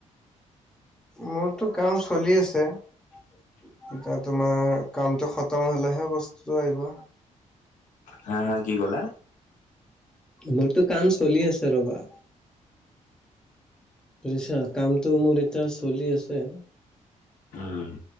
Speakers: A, in the centre; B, on the left (about 80°).
A: মোৰতটো কাম চলি আছে এতিয়া তোমাৰ কামটো খতম হলেহে বস্তুতটো আহিব
B: হা হা কি ক'লা
A: মোৰতো কাম চলি আছে ৰবা বুজিছা কামটো মোৰ এতিয়া চলি আছে
B: উম